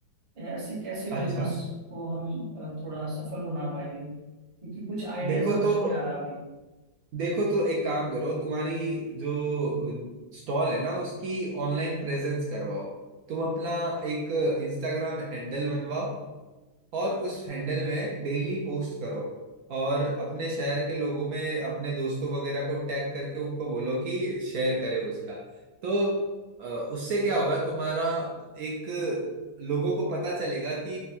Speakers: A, on the right (about 30°); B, on the right (about 70°).
A: है ऐसे कैसे
B: अच्छा
A: बिजनेस को हम अ, थोड़ा सफल बना पाएंगे क्योंकि कुछ आइडिया
B: देखो
A: समझ
B: तो
A: नहीं आ रहा अभी
B: देखो तो एक काम करो तुम्हारी जो स्टॉल है ना उसकी ऑनलाइन प्रेजेंस करवाओ तुम अपना एक इंस्टाग्राम हैंडल बनवाओ और उस हैंडल में डेली पोस्ट करो और अपने शहर के लोगों में अपने दोस्तों वगैरह को टैग करके उनको बोलो कि शेयर करे उसका तो अ, उससे क्या होगा तुम्हारा एक लोगों को पता चलेगा कि